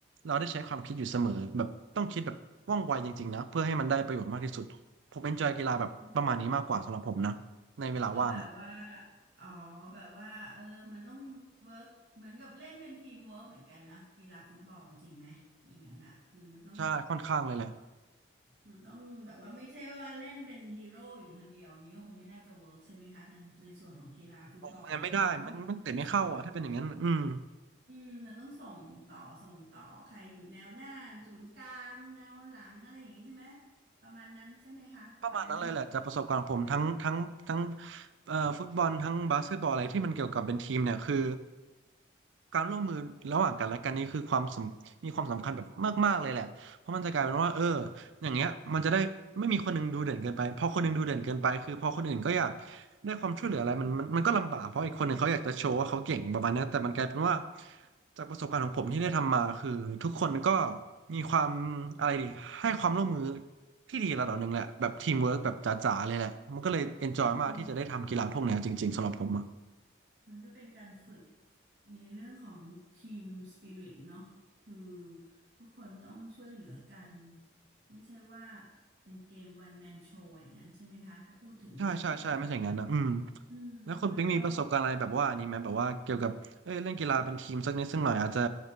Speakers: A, on the right; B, on the right.
A: เราได้ใช้ความคิดอยู่เสมอแบบต้องคิดแบบว่องไวจริงๆนะเพื่อให้มันได้ประโยชน์มากที่สุดผมเอนจอยกีฬาแบบประมาณนี้มากกว่าสำหรับผมนะในเวลาว่างอ่ะ
B: อ๋อ ก็แบบว่าอ๋อแบบว่าเออมันต้องเวิร์กเหมือนกับเล่นเป็นทีมเวิร์กเหมือนกันนะกีฬาฟุตบอลจริงไหมอย่างนั้นอ่ะคือมันต้อง
A: ใช่ค่อนข้างเลยแหละ
B: มันต้องแบบว่าไม่ใช่ว่าเล่นเป็นฮีโร่อยู่คนเดียวอย่างนี้ก็คงไม่น่าจะเวิร์กใช่ไหมคะในในส่วนของกีฬาฟุตบอลเนี่ยเนาะมันต้อง
A: ออกงานไม่ได้มันมันเตะไม่เข้าอ่ะถ้าเป็นอย่างนั้นอืม
B: ส่งอืมมันต้องส่งต่อส่งต่อใครอยู่แนวหน้าศูนย์กลางแนวหลังอะไรอย่างนี้ใช่ไหมประมาณนั้นใช่ไหมคะในเรื่องของเกม
A: ประมาณนั้นเลยแหละจากประสบการณ์ของผมทั้งทั้งทั้งเอ่อฟุตบอลทั้งบาสเกตบอลอะไรที่มันเกี่ยวกับเป็นทีมเนี่ยคือการร่วมมือระหว่างกันและกันนี่คือความสำมีความสำคัญแบบมากๆเลยแหละเพราะมันจะกลายเป็นว่าเอออย่างเงี้ยมันจะได้ไม่มีคนหนึงดูเด่นเกินไปพอคนหนึงดูเด่นเกินไปคือพอคนอื่นก็อยากได้ความช่วยเหลืออะไรมันมันมันก็ลำบากเพราะอีกคนหนึ่งเขาอยากจะโชว์ว่าเขาเก่งประมาณเนี้ยแต่มันกลายเป็นว่าจากประสบการณ์ของผมที่ได้ทำมาคือทุกคนก็มีความอะไรดีให้ความร่วมมือ ที่ดีระดับหนึ่งแหละแบบทีมเวิร์กแบบจ๋าๆเลยแหละมันก็เลยเอนจอยมากที่จะได้ทำกีฬาพวกเนี้ยจริงๆสำหรับผมอะ
B: อืม มันก็เป็นการฝึกในเรื่องของทีมสปิริตเนาะคือทุกคนต้องช่วยเหลือกันไม่ใช่ว่าเป็นเกมวันแมนโชว์อย่างนั้นใช่ไหมคะถ้าพูดถึงเนาะในภาพ
A: ใช่ใช่ใช่ไม่ใช่อย่างนั้นนะอืม
B: อืมมันก็
A: แล้วคุณปิ๊งมีประสบการณ์อะไรแบบว่าอันนี้ไหมแบบว่าเกี่ยวกับเอ้ยเล่นกีฬาเป็นทีมสักนิดสักหน่อยอาจจะ